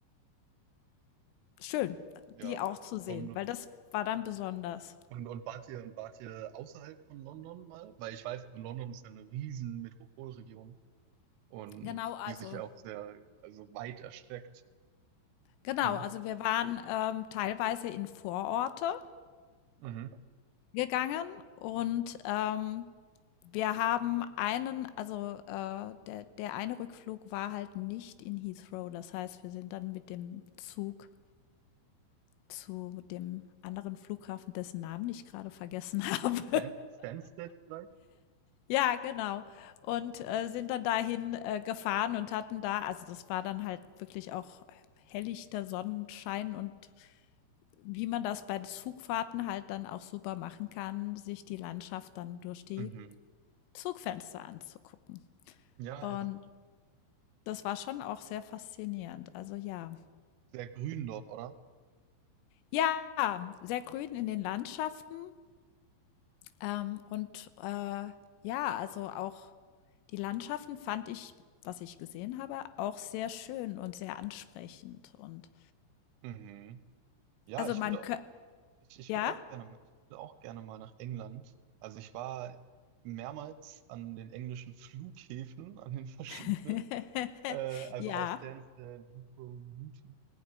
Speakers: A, on the left; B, on the right.
A: schön,
B: Ja,
A: die
B: ist
A: auch
B: was
A: zu
B: Besonderes.
A: sehen, weil das war dann besonders.
B: Und, und wart ihr, wart ihr außerhalb von London mal? Weil ich weiß, London ist ja eine riesen Metropolregion. und
A: Genau, also
B: die sich auch sehr, also weit erstreckt.
A: genau,
B: Ne?
A: also wir waren, ähm, teilweise in Vororte
B: Mhm.
A: gegangen und, ähm, wir haben einen also, äh, der der eine Rückflug war halt nicht in Heathrow. Das heißt, wir sind dann mit dem Zug zu dem anderen Flughafen, dessen Namen ich gerade vergessen <laughs> habe.
B: Stan Stansted vielleicht?
A: Ja, genau. Und,
B: Hm.
A: äh, sind dann dahin, äh, gefahren und hatten da also, das war dann halt wirklich auch hellichter Sonnenschein und wie man das bei Zugfahrten halt dann auch super machen kann, sich die Landschaft dann durch die
B: Mhm.
A: Zugfenster anzugucken.
B: Ja,
A: Und
B: ja.
A: das war schon auch sehr faszinierend. Also ja.
B: Sehr grün dort, oder?
A: Ja, sehr grün in den Landschaften. Ähm, und äh, ja, also auch die Landschaften fand ich, was ich gesehen habe, auch sehr schön und sehr ansprechend. Und
B: Mhm. Ja,
A: also
B: ich
A: man
B: würde,
A: könnte,
B: ich, ich
A: ja,
B: würde auch gerne, mal- ich würde auch gerne mal nach England. Also ich war mehrmals an den englischen Flughäfen, <laughs> an den verschiedenen,
A: <laughs>
B: äh, also
A: ja,
B: auch Stansted, Heathrow, Luton.